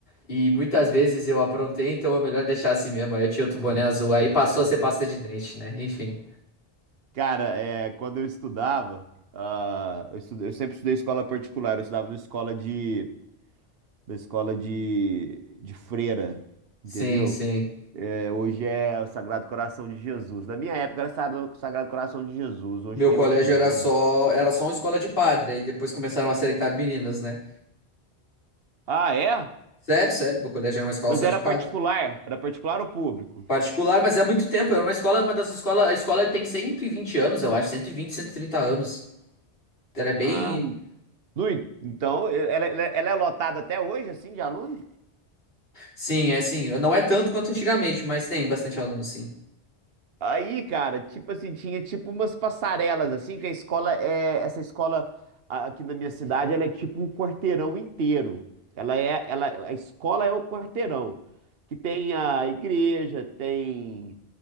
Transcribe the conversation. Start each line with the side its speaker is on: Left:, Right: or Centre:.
Left: e muitas vezes eu aprontei, então é melhor deixar assim mesmo, aí eu tinha outro boné
Right: <laughs>
Left: azul, aí passou a ser pasta de dente, né, enfim.
Right: Cara, é, quando eu estudava, ah, eu, estu- eu sempre estudei escola particular, eu estudava na escola de, na escola de, de freira,
Left: Sim,
Right: entendeu?
Left: sim.
Right: É, hoje é o Sagrado Coração de Jesus. Na minha época era Sagrado, Sagrado Coração de Jesus, hoje
Left: Meu
Right: tem
Left: colégio
Right: outro nome.
Left: era só, era só uma escola de padre, aí depois começaram a seletar meninas, né.
Right: Ah, é?
Left: Sério, sério, meu colégio era uma escola
Right: Mas
Left: só
Right: era
Left: de padre.
Right: particular? Era particular ou público?
Left: Particular, mas é muito tempo. Era uma escola, uma das escolas. A escola tem 120 anos, eu acho. cento cento e vinte cento e trinta anos. Ela é bem.
Right: Ah, no en- então, ela, ela ela é lotada até hoje, assim, de aluno?
Left: Sim, é assim. Não é tanto quanto antigamente, mas tem bastante aluno, sim.
Right: Aí, cara, tipo assim, tinha tipo umas passarelas, assim, que a escola é. Essa escola a- aqui na minha cidade, ela é tipo um quarteirão inteiro. Ela é. Ela, a escola é o quarteirão. Que tem a igreja, tem.